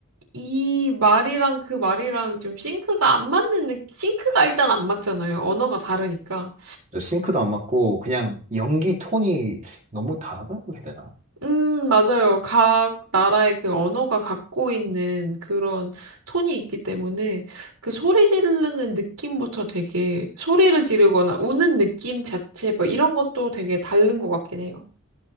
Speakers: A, on the right; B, on the right.
A: 이 말이랑 그 말이랑 좀 싱크가 안 맞는 느낌, 싱크가 일단 안 맞잖아요. 언어가 다르니까.
B: 저 싱크도 안 맞고 그냥 연기 톤이 너무 다르다고 해야 되나?
A: 음, 맞아요. 각 나라의 그 언어가 갖고 있는 그런 톤이 있기 때문에 그 소리 지르는 느낌부터 되게 소리를 지르거나 우는 느낌 자체 뭐 이런 것도 되게 다른 것 같긴 해요.